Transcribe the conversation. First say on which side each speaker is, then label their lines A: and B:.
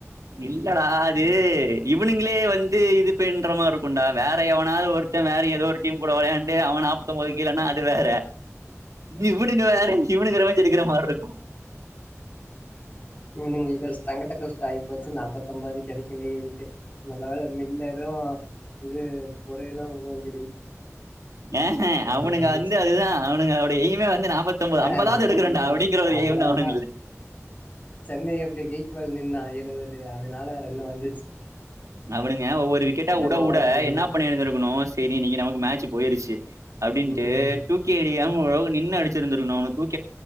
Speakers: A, on the right (about 85°); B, on the left (about 30°).
A: இல்லடா அது இவனுங்களே வந்து இது இப்பன்ற மாதி இருக்கும்டா வேற எவனாவது ஒருத்த வேற ஏதோ ஒரு டீம் கூட விளையாண்டு அவனப்பத்த போதுக்கலன்னா அது வேற இவனுங்க வேற இவனுங்க ரிவன்ஞ் எடுக்கிற மாரி இருக்கு
B: இவனுங்க இந்த சங்கடகசுஆகிபச்சு நாற்பத் பத்தொம்பது கிடைக்கலேன்ட்டு நல்ல வேல மில்லரு இது பொறையல்லாம்ஞ்
A: ஆஹ
B: ரன்
A: அவனுங்க
B: வந்துச்சு
A: வந்து அதுதா அவனுங்கலேட எய்மே வந்து நா நாப்பதொம்பேது
B: ஆஹ்
A: ஐம்பதாவுது
B: நாற்பத்தொன்பது
A: எடுக்கணுண்டா அப்படிங்கிற ஒரு
B: அவ்வளவுதான்
A: எயம் தாஅவுனுங்கது
B: சென்னை எப்படி கெய்க்வாள் நின்னா எழுவது அதனால ரன்னு வந்து
A: அவனுங்க ஒவ்வொரு விக்கெட்டா வுட
B: ஓவர்
A: வுட
B: டென்னு
A: என்ன பண்ணிந்தக்கணு செரி இன்னைக்கு நமக்கு மேட்சு போயிருச்சு அப்டின்ட்டு
B: ம் ம்
A: தூக்கி எரியாம ஒரளவு நின்னு அடிச்சிருந்து இநோ தூக்